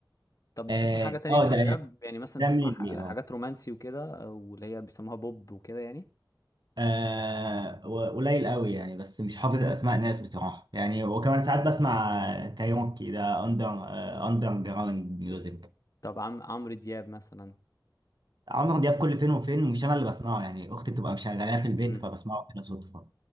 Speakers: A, on the left (about 45°); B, on the right (about 65°).
A: طب
B: اه
A: بتسمع حاجه تانية
B: آه،
A: غير
B: ده
A: الراب يعني مثلا
B: ده
A: بتسمع
B: مين
A: ح-
B: لي اه
A: حاجات رومانسي وكده او اللي هي بيسموها بوب وكده يعني
B: آه قليل قوي يعني بس مش حافظ اسماء ناس بصراحه يعني وكمان ساعات بسمع كايروكي ده اندر آه اندر جراوند ميوزك
A: طب عم عمرو دياب مثلا
B: عمرو دياب كل فين وفين مش انا اللي بسمعه يعني اختي بتبقى مشغلاه في البيت
A: امم
B: فبسمعه كده صدفه